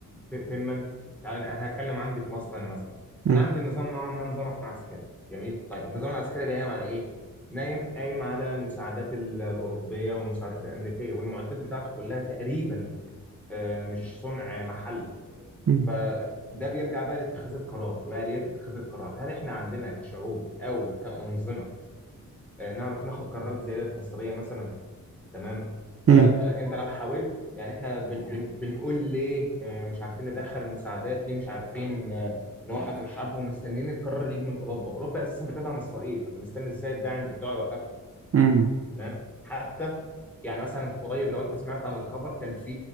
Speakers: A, in the centre; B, on the right (about 45°).
A: ت- تما تعالى انا هتكلم عندي في مصر انا مثلا
B: مم.
A: انا عندي النظام نوعا ما نظام عسكري جميل طيب النظام العسكري ده قايم على ايه؟ نايم قايم على المساعدات ال- الاوروبيه والمساعدات الامريكيه والمعدات بتاعته كلها تقريبا آه، مش صنع محلي
B: مم.
A: فده بيرجع بقى لاتخاذ القرار واليات اتخاذ القرار هل احنا عندنا كشعوب او كانظمه آه، نعرف ناخد قرارات زي ديت مصيريه مثلا تمام فانت
B: مم.
A: لو حاولت يعني احنا بن بن بنقول ليه آه، مش عارفين ندخل المساعدات ليه مش عارفين آه، نوقف الحرب ومستنيين القرار يجي من اوروبا اوروبا اساسا بتدعم اسرائيل فانت مستني ازاي الداعم بتاعه يوقفها
B: مم.
A: تمام حتى يعني مثلا في قريب لو انت سمعت عن الخبر كان في